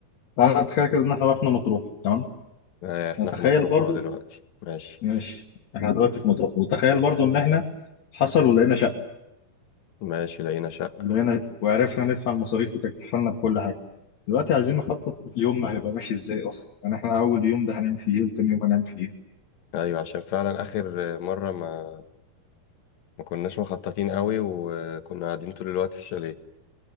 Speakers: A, on the left; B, on the left.
A: تعالى نتخيل كده ان احنا رحنا مطروح تمام
B: آه، احنا
A: نتخيل
B: في مطروح
A: برضو
B: اهو دلوقتي ماشي
A: ماشي احنا دلوقتي في مطروح وتخيل برضو ان احنا حصل ولقينا شقه
B: ماشي لقينا شقه
A: ولقينا وعرفنا ندفع المصاريف وتكفلنا بكل حاجة دلوقتي عايزين نخطط يومنا هيبقى ماشي ازاي اصلا يعني احنا اول يوم ده هنعمل فيه ايه وتاني يوم هنعمل فيه ايه
B: ايوه عشان فعلا اخر مره ما ما كناش مخططين قوي وكنا قاعدين طول الوقت في الشاليه